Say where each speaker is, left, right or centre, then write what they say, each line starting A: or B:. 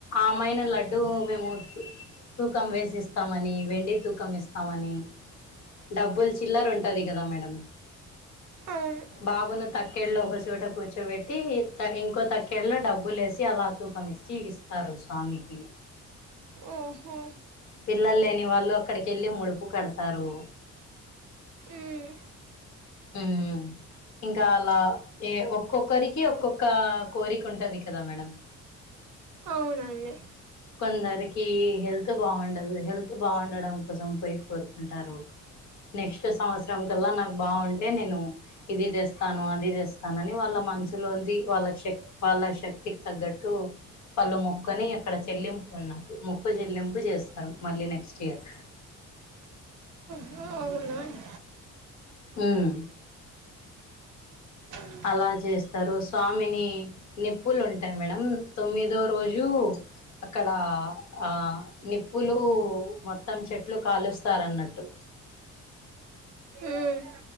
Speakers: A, on the left; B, on the right.
A: ఆమైనా లడ్డూ మేము తూ తూకం వేసిస్తామని, వెండి తూకం ఇస్తామని. డబ్బుల్ చిల్లర ఉంటది కదా మేడం,
B: అవును
A: బాబును తట్ క్కెళ్ళో ఒక చోట కూర్చోబెట్టి, ఇంకో తక్కెళ్ళలో డబ్బు లేసి అలా తూకమిస్ చ్చి ఇస్తారు స్వామికి
B: ఓహో
A: పిల్లల్లేని వాళ్ళు, అక్కడికెళ్ళి ముడుపు కడ్తారూ.
B: మ్మ్
A: ఉమ్ ఇంకా అలా ఏ ఒక్కొక్కరికి ఒక్కొక్క కోరికుంటది కదా మేడం.
B: అవునండి
A: కొందరికి హెల్త్ బాగుండదు, హెల్త్ బాగుండడం కోసం పోయి కోరుకుంటారు. నెక్స్ట్ సంవత్సరం కల్లా నాకు బాగుంటే నేను ఇది జేస్ స్తాను, అది తెస్తానని వాళ్ళ మనసులోంది వాళ్ళ శక్, వాళ్ళ శక్తికి తగ్గట్టు వాళ్ళు మొక్కోని అక్కడ చెల్లింపు అన్నట్టు, మొక్క చెల్లింపు చేస్తారు మళ్ళీ నెక్స్ట్ ఇయర్.
B: ఆ అవునండి
A: ఉమ్
B: <unintelligible>
A: అలా జేస్తారు స్వామిని నిప్పులుంటాయి మేడం తొమ్మిదో రోజు అక్కడా ఆ నిప్పులు మొత్తం చెట్లు కాలుస్తారన్నట్టు
B: మ్మ్.